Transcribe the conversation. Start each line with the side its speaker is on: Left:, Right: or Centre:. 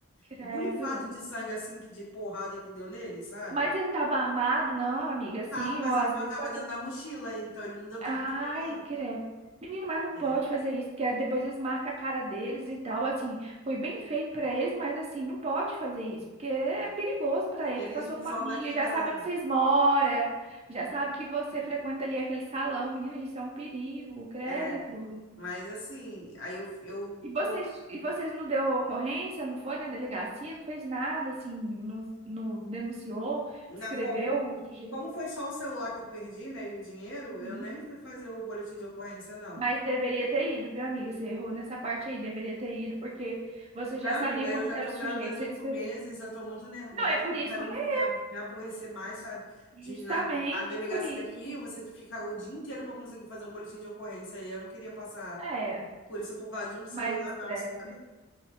Right: Credo.
Left: borrifado de sangue, assim, que- de porrada que deu nele, sabe?
Right: Mas ele não estava armado, não, amiga, assim,
Left: Tava, mas
Right: ou às
Left: a arma
Right: vezes
Left: tava
Right: pode
Left: dentro
Right: ser-
Left: da mochila, então ele não deu tempo
Right: Ai,
Left: de pegar,
Right: credo. Menino, mas não
Left: entendeu?
Right: pode fazer isso, porque depois eles marcam a cara deles e tal, assim, foi bem feito pra eles, mas assim, não pode fazer isso, porque é perigoso pra eles,
Left: Eles
Right: pra sua
Left: não
Right: família,
Left: são daqui
Right: já
Left: da.
Right: sabe onde vocês moram, já sabe que você frequenta ali aquele salão, menino, isso é um perigo, credo
Left: É,
Right: e cruz.
Left: mas assim, aí eu, eu
Right: E vocês,
Left: tô.
Right: e vocês não deu ocorrência, não foi na delegacia, não fez nada, assim, não, não denunciou,
Left: Na,
Right: descreveu
Left: como,
Right: o sujeito.
Left: como foi só o celular que eu perdi, né, e o dinheiro, eu
Right: Uhum.
Left: nem fui fazer o boletim de ocorrência, não.
Right: Mas deveria ter ido, viu, amiga? Você errou nessa parte aí, deveria ter ido, porque você
Left: Não,
Right: já sabia
Left: amiga,
Right: como
Left: eu já
Right: que era
Left: tô
Right: o sujeito,
Left: grávida de
Right: você
Left: oito
Right: descrevesse.
Left: meses, eu tô muito nervosa,
Right: Não, é por
Left: não
Right: isso
Left: quero
Right: mesmo,
Left: me, a- me aborrecer mais, sabe?
Right: justamente
Left: De ir na a delegacia
Right: por isso.
Left: aqui, você fica o dia inteiro pra conseguir fazer um boletim de ocorrência, e eu não queria passar
Right: É,
Left: por isso por causa de um celular,
Right: mais estresse.
Left: não, sabe?
Right: né?